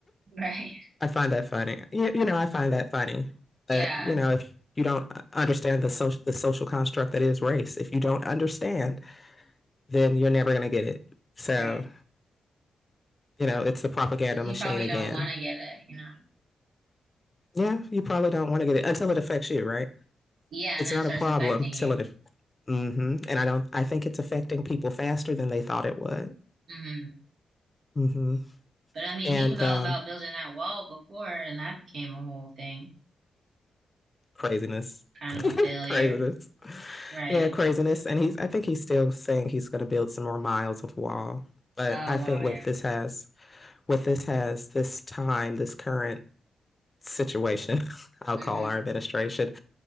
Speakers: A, on the right; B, on the left.
A: Right.
B: <laughs> I find that funny. You, you know, I find that funny. But
A: Yeah.
B: you know, if you don't understand the social the social construct that is race, if you don't understand, then you're never gonna get it. So
A: Right.
B: you know, it's the propaganda
A: 'Cause You
B: machine
A: probably
B: again.
A: don't want to get it, you know?
B: Yeah, you probably don't want to get it until it affects you, right?
A: Yeah.
B: It's
A: And then
B: not
A: it starts
B: a problem
A: affecting you.
B: till it. Mm-hmm. And I don't. I think it's affecting people faster than they thought it would.
A: hmm
B: Mm-hmm.
A: But I mean,
B: And
A: he was all
B: um,
A: about building that wall before, and that became a whole thing,
B: craziness,
A: kind
B: <laughs>
A: of a failure.
B: craziness.
A: Right.
B: Yeah, craziness. And he's, I think he's still saying he's going to build some more miles of wall. But
A: Oh,
B: I think
A: wow.
B: what
A: Yeah.
B: this has, what this has, this time, this current situation, <laughs> I'll
A: hmm
B: call our administration,